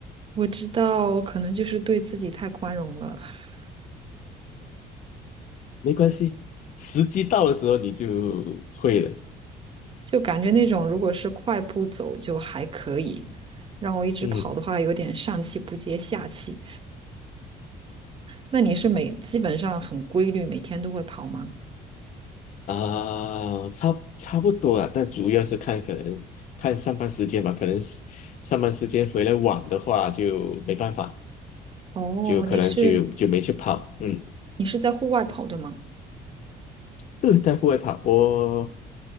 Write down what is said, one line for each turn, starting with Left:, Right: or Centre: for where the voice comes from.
Right: 我知道可能就是对自己太宽容了，<laughs>
Left: 没关系，时机到的时候你就会了，
Right: 就感觉那种如果是快步走就还可以，让我一直跑的话有点上气不接下气。
Left: 嗯，
Right: 那你是每基本上很规律，每天都会跑吗？
Left: 啊，差差不多了，但主要是看可能看上班时间吧，可能是上班时间回来晚的话就没办法，
Right: 哦，
Left: 就可能就就没去跑，
Right: 你是
Left: 嗯。
Right: 你是在户外跑，对吗？
Left: 对，在户外跑，我